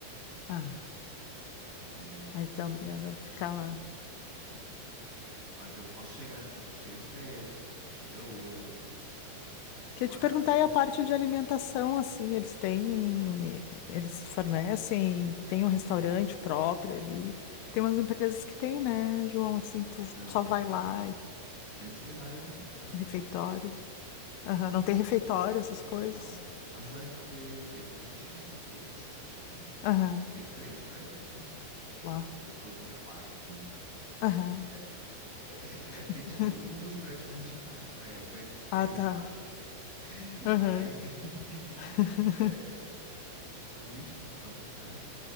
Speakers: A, on the left; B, on the right.
A: Ah,
B: É,
A: aí tu é obrigado a ficar lá.
B: é, mas eu posso chegar, tem gente que chega às 7, tem gente que chega às 8, não tem
A: Queria
B: um horário
A: te perguntar
B: certo.
A: aí a parte de alimentação, assim, eles têm, eles fornecem, tem um restaurante próprio ali, que tem umas empresas que tem, né, João, assim,
B: Não.
A: tu só vai lá,
B: A gente tem várias alimentação,
A: refeitório,
B: né?
A: Aham, não tem refeitório, essas coisas,
B: Não. Mas é porque é, existe uma estrutura, tipo assim, é,
A: aham,
B: tem três prédios, né?
A: Uau,
B: Eu tô no quarto. Não.
A: aham,
B: É, é, <laughs> é porque,
A: <laughs>
B: tipo, um, um dos prédios não existe mais, tá? É prédio um, três
A: Ah, tá,
B: e 4. <laughs>
A: aham,
B: Aí. <laughs>
A: <laughs>
B: é, eu tô no último, então, no caso.